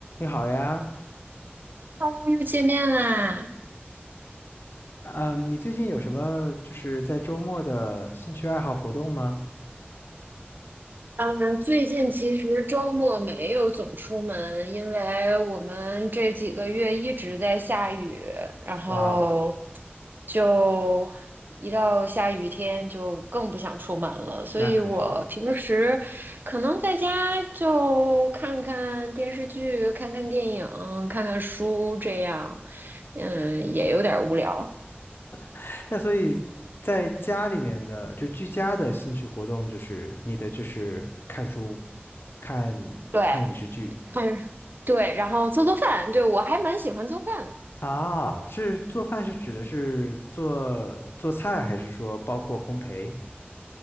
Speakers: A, on the left (about 65°); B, on the right (about 50°).
A: 你好呀，
B: 哦又见面啦！
A: 嗯，你最近有什么就是在周末的兴趣爱好活动吗？
B: 嗯，最近其实周末没有总出门，因为我们这几个月一直在下雨，然后
A: 哇哦，
B: 就一到下雨天就更不想出门了。所以我平时可能在家就看看电视剧、
A: 那可是，
B: 看看电影、看看书这样，嗯，也有点无聊。
A: <laughs> 那所以在家里面的就居家的兴趣活动，就是你的就是看书、看
B: 对，
A: 看影视剧
B: <laughs> 看，对，然后做做饭，对，我还蛮喜欢做饭的。
A: 啊，是做饭是指的是做做菜，还是说包括烘焙？